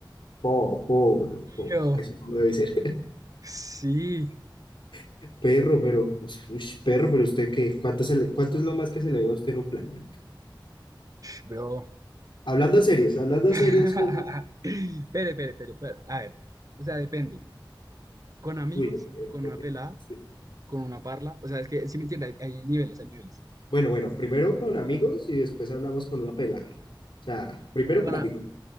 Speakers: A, on the left (about 80°); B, on the right (about 45°).
A: Po, po, bro, po.
B: mío,
A: Así como debe ser.
B: sí,
A: <laughs> Perro, pero, o sea, ush, perro, pero usted qué, ¿cuánto se le- cuánto es lo más que se le ve a usted en un plan, marica?
B: bro.
A: Hablando serios, hablando
B: <laughs>
A: serios, amigos.
B: Espere, espere, espere, espere, a ver, o sea, depende, con amigos,
A: Uy, de- de-
B: con
A: de-
B: una
A: de-
B: pelada,
A: sí.
B: con una parla, o sea, es que, si me entiendes? hay, hay niveles, hay niveles.
A: Bueno, bueno, primero con amigos y después hablamos con una pelada. O sea, primero
B: Con
A: con amigos.
B: a-